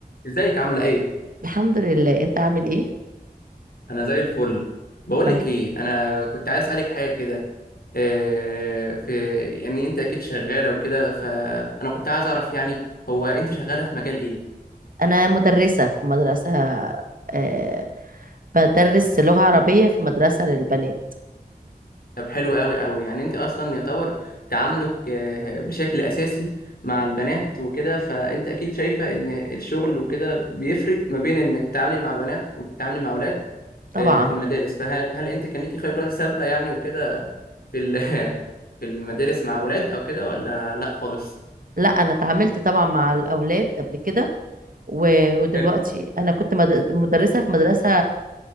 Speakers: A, on the left; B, on the right.
A: ازيك عاملة ايه؟
B: الحمد لله انت عامل ايه
A: انا زي الفل بقول
B: ملك
A: لك ايه انا كنت عايز اسالك حاجة كده إيه في يعني انت اكيد شغالة وكده فانا كنت عايز اعرف يعني هو انت شغالة في مجال ايه؟
B: انا مدرسة في مدرسة آه بدرس لغة عربية في مدرسة للبنات
A: طب حلو قوي قوي يعني انت اصلا يعتبر تعاملك آه، بشكل اساسي مع البنات وكده فانت اكيد شايفة ان الشغل وكده بيفرق ما بين انك تتعاملي مع بنات وبتتعاملي مع اولاد
B: طبعا
A: آه، في المدارس فهل هل انت كان ليكي خبرة سابقة يعني وكده في ال- <laughs> في المدارس مع ولاد او كده ولا لا خالص
B: لا انا اتعاملت طبعا مع الاولاد قبل كده و- ودلوقتي
A: حلو
B: انا كنت مد- مدرسة في مدرسة